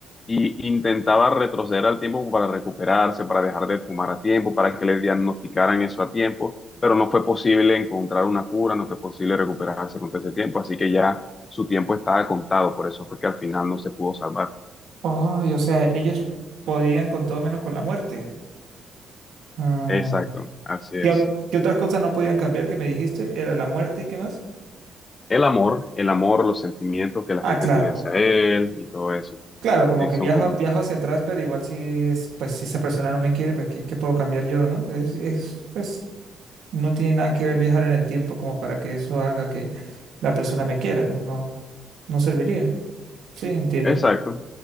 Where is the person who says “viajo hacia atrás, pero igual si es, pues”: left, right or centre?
Right